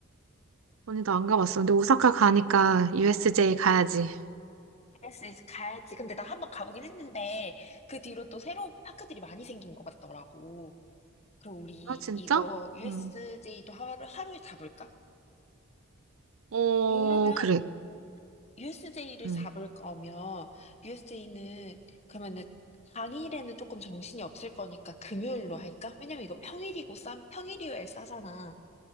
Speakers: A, on the right; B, on the left.
A: 언니도 안 가봤어. 근데 오사카 가니까 USJ 가야지.
B: 알았어, 가야지. 근데 나 한번 가보긴 했는데, 그 뒤로 또 새로운 파크들이 많이 생긴 것 같더라고. 그럼 우리
A: 아, 진짜?
B: 이거 USJ도
A: 응,
B: 하루, 하루에 잡을까?
A: 어,
B: 그러면,
A: 그래.
B: USJ를
A: 응.
B: 잡을 거면 USJ는 그러면은 당일에는 조금 정신이 없을 거니까 금요일로 할까? 왜냐면 이거 평일이고 싸, 평일이어야 싸잖아.